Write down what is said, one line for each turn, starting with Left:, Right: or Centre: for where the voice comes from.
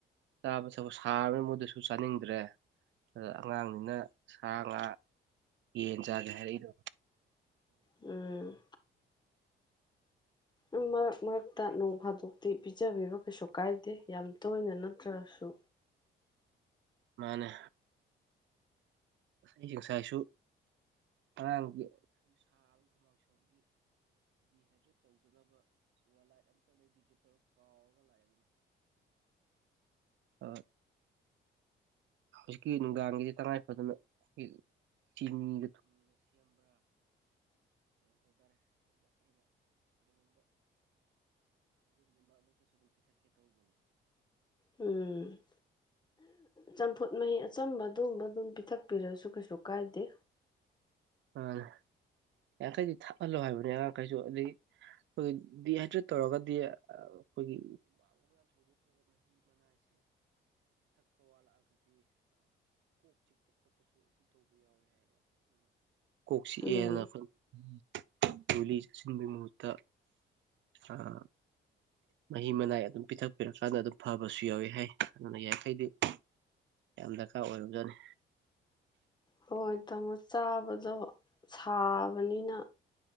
Right: ꯆꯥꯕ ꯊꯛꯄ ꯁꯥꯕꯅ ꯃꯣꯏꯗꯁꯨ ꯆꯥꯅꯤꯡꯗ꯭ꯔꯦ ꯑꯗ ꯑꯉꯥꯡꯅꯤꯅ ꯁꯥ ꯉꯥ ꯌꯦꯟ ꯆꯥꯒꯦ ꯍꯥꯏꯔꯛꯏꯗ꯫
Left: ꯎꯝ꯫ ꯎꯝ ꯃꯔꯛ ꯃꯔꯛꯇ ꯅꯣꯡ ꯐꯥꯗꯣꯛ ꯇꯤ ꯄꯤꯖꯕꯤꯕ ꯀꯩꯁꯨ ꯀꯥꯏꯗꯦ ꯌꯥꯝ ꯇꯣꯏꯅ ꯅꯠꯇ꯭ꯔꯁꯨ
Right: ꯃꯥꯅꯦ ꯑꯩꯖꯦ ꯉꯁꯥꯏꯁꯨ ꯑꯉꯥꯡꯒꯤ ꯑꯥ ꯍꯧꯖꯤꯛꯀꯤ ꯅꯨꯡꯗꯥꯡꯒꯤꯁꯦ ꯇꯉꯥꯏ ꯐꯗꯅ ꯑꯩ ꯆꯤꯅꯤ
Left: ꯎꯝ ꯆꯝꯐꯨꯠ ꯃꯍꯤ ꯑꯆꯝꯕ ꯑꯗꯨꯒꯨꯝꯕ ꯑꯗꯨꯝ ꯄꯤꯊꯛꯄꯤꯔꯁꯨ ꯀꯩꯁꯨ ꯀꯥꯏꯗꯦ
Right: ꯑꯥ ꯌꯥꯡꯈꯩꯗꯤ ꯊꯛꯍꯜꯂꯣ ꯍꯥꯏꯕꯅꯦ ꯑꯉꯥꯡꯈꯩꯁꯨ ꯑꯗꯩ ꯑꯩꯈꯣꯏꯒꯤ ꯗꯤꯍꯥꯏꯗ꯭ꯔꯦꯠ ꯇꯧꯔꯒꯗꯤ ꯑ ꯑꯩꯈꯣꯏꯒꯤ ꯀꯣꯛ ꯆꯤꯛꯑꯦꯅ
Left: ꯎꯝ
Right: ꯑꯈꯣ ꯨꯒꯨꯂꯤ ꯆꯥꯁꯤꯟꯕꯩ ꯃꯍꯨꯠꯇ ꯑꯑ ꯃꯍꯤ ꯃꯅꯥꯏ ꯑꯗꯨꯝ ꯄꯤꯊꯛꯄꯤꯔꯀꯥꯟꯗ ꯑꯗꯨꯝ ꯐꯕꯁꯨ ꯌꯥꯎꯋꯤ ꯍꯦ ꯑꯗꯨꯅ ꯌꯥꯔꯤꯈꯩꯗꯤ ꯌꯥꯝ ꯗꯔꯀꯥꯔ ꯑꯣꯏꯔꯝꯖꯥꯠꯅꯤ
Left: ꯍꯣꯏ ꯇꯥꯃꯣ ꯆꯥꯕꯗꯣ ꯁꯥꯕꯅꯤꯅ